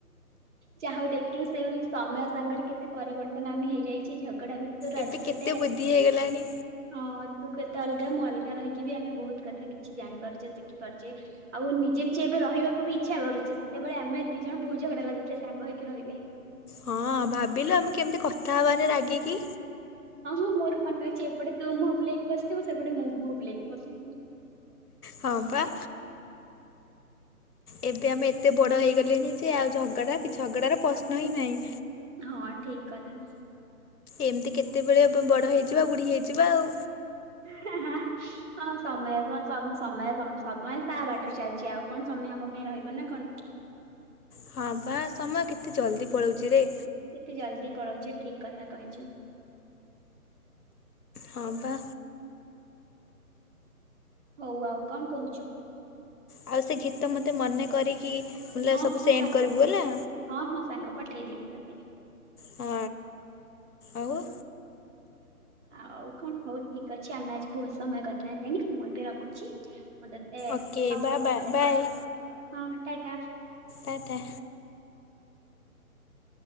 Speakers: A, on the right (about 50°); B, on the left (about 75°).
A: ଯାହା ହଉ ଦେ ଦେଖିଲୁ ସେ ସମୟ ସାଙ୍ଗରେ କେତେ ପରିବର୍ତ୍ତନ ଆମେ ହେଇଯାଇଚେ ଝଗଡା ବି ତୋର
B: ଏବେ
A: ଆଜି କେତେ?
B: ବୁଦ୍ଧି ହେଇଗଲାଣି।
A: ହଁ ତୁ କେତେ ଅଲଗା ମୁଁ ଅଲଗା ରହିକି ବି ଆମେ ବହୁତ କଥା କିଛି ଜାଣିପାରୁଛେ ଶିଖି ପାରୁଛେ। ଆଉ ନିଜେ ନିଜେ ଏବେ ରହିବାକୁ ବି ଇଚ୍ଛା କରୁଛେ ସେତେବେଳେ ଆମେ ଦି ଜଣ ବହୁ ଝଗଡା ଲାଗୁଥିଲେ ସାଙ୍ଗ ହେଇକି ରହିଲେ।
B: ହଁ ଭାବିଲ ଆମେ କେମିତି କଥା ହବାନି ରାଗିକି।
A: ହଁ-ହଁ ମୋର ମନେ ଅଛି ଏପଟେ ତୁ ମୁହଁ ବୁଲେଇକି ବସିଥିବୁ ସେପଟେ ମୁଁ ମୁହଁ ବୁଲେଇକି ବସିଥିବି।
B: ହଁ ପା ଏବେ ଆମେ ଏତେ ବଡ଼ ହେଇଗଲେଣି ଯେ ଆଉ ଝଗଡ଼ା କି ଝଗଡ଼ାର ପ୍ରଶ୍ନ ହିଁ ନାହିଁ।
A: ହଁ ଠିକ୍ କଥା।
B: ଏମିତି କେତେବେଳେ ବ ବଡ ହେଇଯିବା ବୁଢୀ ହେଇଯିବା ଆଉ
A: ହେଁ-ହେଁ-ହେଁ ହଁ ସମୟ ତ ସମ୍ ସମୟ ସମୟ ତା ବାଟରେ ଚାଲିଛି ଆଉ କଣ ସମୟ ଆମ ପାଇଁ ରହିବ ନା କଣ।
B: ହଁ ପା ସମୟ କେତେ ଜଲଦି ପଳଉଛିରେ।
A: କେତେ ଜଲଦି ପଳଉଛି ଠିକ୍ କଥା କହିଛୁ।
B: ହଁ ପା
A: ହଉ ଆଉ କଣ କହୁଛୁ।
B: ଆଉ ସେ ଘୀତ ମତେ ମନେ କରିକି <inaudible>
A: ହଁ
B: ସବୁ
A: ହଁ
B: ସେଣ୍ଡ୍
A: ସାଙ୍ଗ
B: କରିବୁ ହେଲା।
A: ହଁ ହଁ ସାଙ୍ଗ ପଠେଇଦେବି ତତେ।
B: ହ ଆଉ
A: ଆଉ କଣ ହଉ ଠିକ୍ ଅଛି ଆମେ ଆଜି ବହୁତ ସମୟ କଥା ହେଲେଣି ମୁଁ ଏବେ ରଖୁଛି ମତେ ୟେସ୍
B: ଓକେ
A: ଆଉ
B: ବା
A: କେତେବେଳେ
B: ବା ବାଏ
A: କଲ୍ କରିବି। ହଁ ଟାଟା।
B: ଟାଟା।